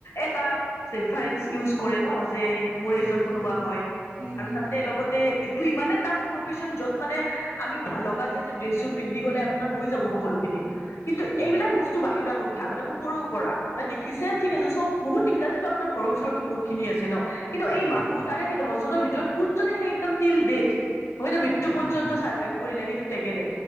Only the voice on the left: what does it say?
এটা ৰেফাৰেঞ্চ ইউজ কৰে ন, যে মোৰ
এইজন কোনোবা হয়,
আৰু
তাতে
লগতে এইটো ইমানে টাফ প্ৰফেচন য'ত মানে আমি লগা যায় যে ড্ৰেছ জোৰ পিন্ধি গ'লে আপোনাৰ হৈ যাব সকলো খিনি। কিন্তু
এইবিলাক
বস্তু টো বাহিৰা কথা, মানে ওপৰৰপৰা মানে দেখছে ঠিক আছে চব, বহুত দেখিছা যিটো আপোন ঘৰ ওচৰতো বহুত খিনি আছে ন, কিন্তু
এই
মানুহ
তাৰে সেই দহজনৰ ভিতৰত কোনজনে সেই একদম টিল ডেটথ হয় নে মৃত্যু পৰ্যন্ত
চাৰ্ভাইভ কৰিলে সেইটো টেগেৰে।